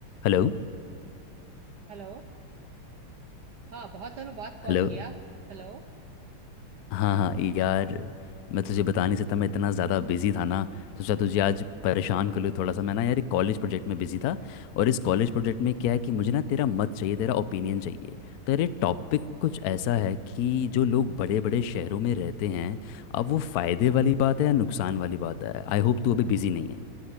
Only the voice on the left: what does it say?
Hello
Hello
हाँ हाँ यार मैं तुझे बता नहीं सकता मैं इतना ज़्यादा बिजी था ना तो सोचा तुझे आज परेशान कर लूँ थोड़ा सा मैं ना यार एक कॉलेज प्रोजेक्ट में बिजी था और इस कॉलेज प्रोजेक्ट में क्या है कि मुझे ना तेरा मत चाहिए तेरा ओपिनियन चाहिए तो यार ये टॉपिक कुछ ऐसा है कि जो लोग बड़े बड़े शहरों में रहते हैं अब वो फ़ायदे वाली बात है या नुकसान वाली बात है आई होप तू अभी बिजी नहीं है